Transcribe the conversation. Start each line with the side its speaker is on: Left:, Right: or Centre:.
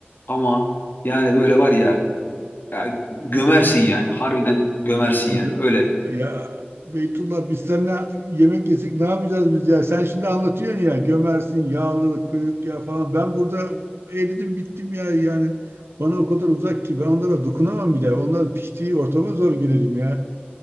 Left: Ama yani böyle var ya, ya gömersin yani. Harbiden gömersin
Right: Hoca,
Left: yani. Öyle.
Right: ya Beytullah biz seninle yemek yesek ne yapacağız biz ya? Sen şimdi anlatıyorsun ya gömersin, yağlı, kuyruk ya falan. Ben burada eridim bittim ya yani. Bana o kadar uzak ki ben onlara dokunamam bile. Onların piştiği ortama zor girerim ya.